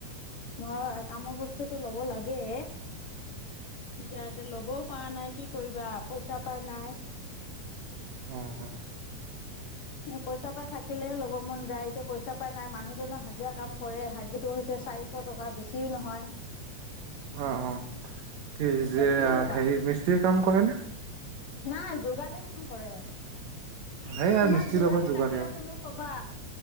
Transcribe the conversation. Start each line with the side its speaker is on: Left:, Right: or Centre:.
Left: মই কামৰ বস্তুতটো ল'ব লাগে এতিয়া এতিয়া ল'বও পৰা নাই কি কৰিবা পইচা পাই নাই
Right: অঁ
Left: পইচা পাই থাকিলেহে ল'ব মন যায় এতিয়া পইচা পাই নাই মানুহজনৰ হাজিৰা কাম কৰে হাজিৰা হৈছে চাৰিশ টকা বেছিও নহয়
Right: অ অ কি
Left: এতিয়া
Right: যে
Left: কি ল'বা
Right: হেৰি মিস্ত্ৰীয়ে কাম কৰে ন
Left: নাই যোগালি কাম কৰে
Right: সেয়া
Left: তোমাক
Right: মিস্ত্ৰীৰ
Left: যোগালী
Right: লগত যোগালি
Left: লাগিলে
Right: আৰু
Left: তুমি কবা